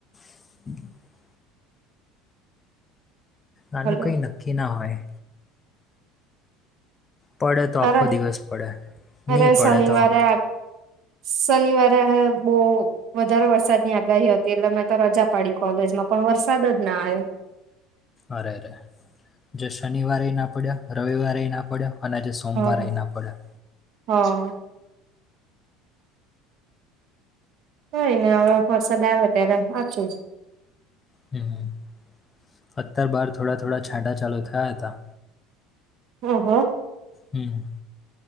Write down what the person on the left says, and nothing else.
<inaudible> આનું
કઈ નક્કી ના હોય. પડે તો આખો
દિવસ પડે,
નહીં પડે
તો
અરે રે જે શનિવારે ના પડ્યા રવિવારે ના પડ્યા અને જે. સોમવારેય
ના પડયા.
હ અત્યાર બાર થોડા થોડા છાંટા ચાલુ થયા હતા.
હમ.